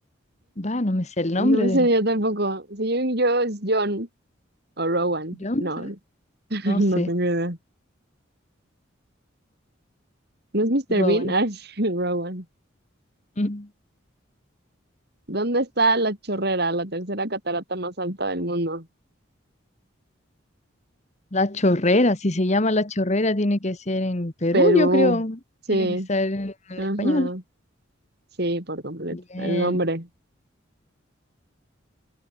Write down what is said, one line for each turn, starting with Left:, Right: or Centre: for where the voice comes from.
Left: Va, no me sé el nombre
Right: No me sé
Left: del...
Right: yo tampoco. Según yo es John o Rowan.
Left: John,
Right: No,
Left: será?
Right: <laughs>
Left: No sé,
Right: no tengo idea. ¿No es Mr.
Left: Rowan.
Right: Bean? Ah, es <laughs> Rowan.
Left: Mm.
Right: ¿Dónde está la chorrera, la tercera catarata más alta del mundo?
Left: La Chorrera, si se llama La Chorrera, tiene que ser en Perú,
Right: Perú.
Left: yo creo.
Right: Sí,
Left: Tiene que ser en en
Right: ajá.
Left: español.
Right: Sí, por completo.
Left: Bien.
Right: El nombre.